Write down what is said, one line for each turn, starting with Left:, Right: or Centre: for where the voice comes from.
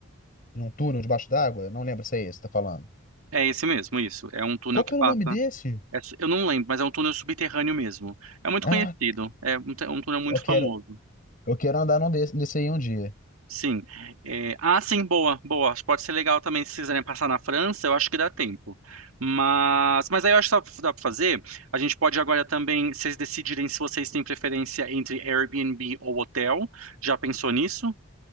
Left: num túnel debaixo d'água? Não lembro se é esse que tá falando.
Right: É esse mesmo, isso. É um túnel
Left: Qual que
Right: que passa.
Left: era o nome desse?
Right: é su- eu não lembro, mas é um túnel subterrâneo mesmo. É muito
Left: Ah,
Right: conhecido. É um, t- um túnel muito
Left: eu quero
Right: famoso.
Left: eu quero andar num desse, desse aí um dia.
Right: Sim. É, ah, sim, boa, boa. Acho que Pode ser legal também se quiserem passar na França, eu acho que dá tempo. Mas, mas aí eu acho que dá pra dá pra fazer. A gente pode agora também, vocês decidirem se vocês têm preferência entre Airbnb ou hotel. Já pensou nisso?